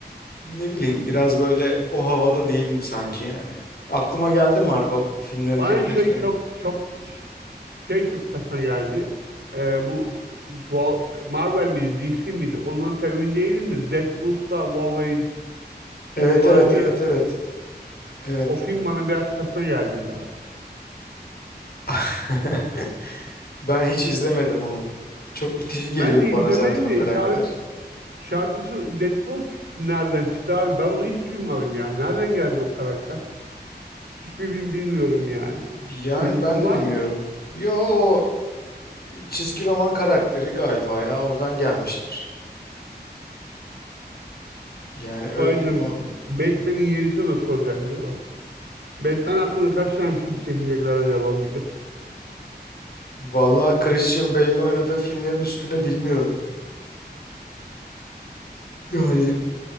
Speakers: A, on the left (about 65°); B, on the right (about 80°).
A: Ne bileyim biraz böyle o havada değilim sanki yani. Aklıma geldi Marvel filmlerini
B: Bana
A: tekrar
B: şey
A: izlemek.
B: çok çok şey çok saçma geldi. Ee, bu, bu Marvel miydi, DC miydi? Ondan tam emin değilim de Deadpool'la Wolverine
A: Evet
B: filmi vardı
A: evet evet
B: ya.
A: evet. Evet.
B: O film bana biraz saçma geldi ya.
A: <laughs> Ben hiç izlemedim onu. Çok itici geliyordu
B: Ben de izlemedim
A: bana zaten o
B: de
A: karakter.
B: şarkı, şarkısı Deadpool nereden çıktı abi? Ben onu hiç duymadım ya. Nereden geldi o karakter? Hiçbir bil- bilmiyorum yani.
A: Yani
B: Senin bilgin
A: ben de
B: var
A: bilmiyorum.
B: mı?
A: Yo o çizgi roman karakteri galiba ya oradan gelmiştir. Yani öyle
B: Spider,
A: değil mi o?
B: Batman'in yerisi nasıl olacak acaba? Batman hakkında kaç tane film çekecekler acaba bir de?
A: Vallahi Christian Bale'in oynadığı filmlerin üstüne bilmiyorum. Yani